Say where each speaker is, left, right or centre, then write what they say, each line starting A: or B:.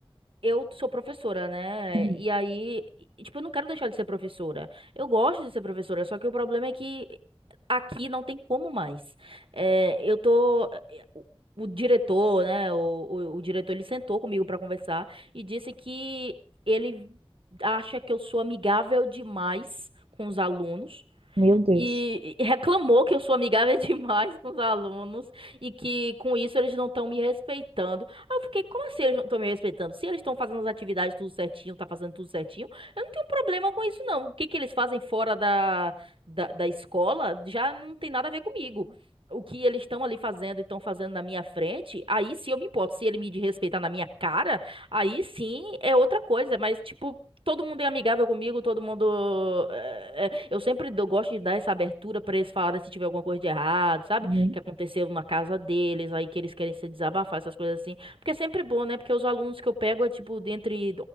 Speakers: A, on the right; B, on the right.
A: eu sou professora, né?
B: Uhum.
A: E aí, e, tipo, eu não quero deixar de ser professora. Eu gosto de ser professora, só que o problema é que aqui não tem como mais. É, eu tô. eh, O o diretor, né? O, o, o diretor, ele sentou comigo pra conversar e disse que ele acha que eu sou amigável demais com os alunos
B: Meu Deus.
A: e e reclamou que eu sou amigável <laughs> demais com os alunos e que com isso eles não estão me respeitando. Aí eu fiquei, como assim eles não estão me respeitando? Se eles estão fazendo as atividades tudo certinho, tá fazendo tudo certinho, eu não tenho problema com isso não. O que que eles fazem fora da, da, da escola já não tem nada a ver comigo. O que eles estão ali fazendo e estão fazendo na minha frente, aí sim eu me importo. Se ele me desrespeitar na minha cara, aí sim é outra coisa. Mas, tipo, Todo mundo é amigável comigo, todo mundo. é, é, eu sempre dou- gosto de dar essa abertura pra eles falarem se tiver alguma coisa de errado, sabe?
B: Uhum.
A: Que aconteceu na casa deles, aí que eles querem se desabafar, essas coisas assim. Porque é sempre bom, né? Porque os alunos que eu pego é tipo de entre